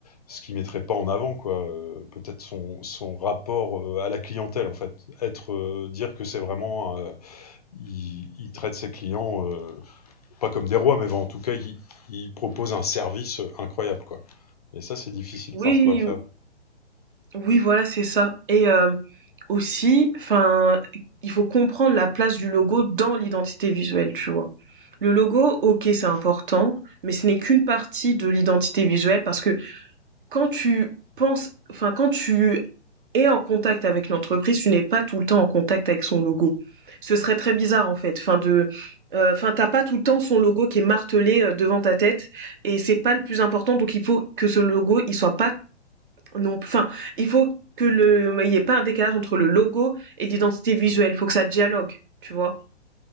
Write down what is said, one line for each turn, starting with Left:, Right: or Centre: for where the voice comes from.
Left: ce qui mettrait pas en avant, quoi. euh, Peut-être son, son rapport euh, à la clientèle, en fait. Être, euh, dire que c'est vraiment, euh, il, il traite ses clients euh, pas comme des rois, mais bon, en tout cas, il, il propose un service euh, incroyable, quoi. Et ça, c'est difficile
Right: Oui,
Left: parfois à faire.
Right: Oui, voilà, c'est ça. Et euh, aussi, enfin, il faut comprendre la place du logo dans l'identité visuelle, tu vois. Le logo, ok, c'est important, mais ce n'est qu'une partie de l'identité visuelle parce que quand tu penses, enfin, quand tu es en contact avec l'entreprise, tu n'es pas tout le temps en contact avec son logo. Ce serait très bizarre en fait. Enfin de, euh, enfin t'as pas tout le temps son logo qui est martelé euh, devant ta tête et c'est pas le plus important. Donc il faut que ce logo il soit pas non, enfin, il faut que le, il y ait pas un décalage entre le logo et l'identité visuelle. Il Faut que ça dialogue, tu vois.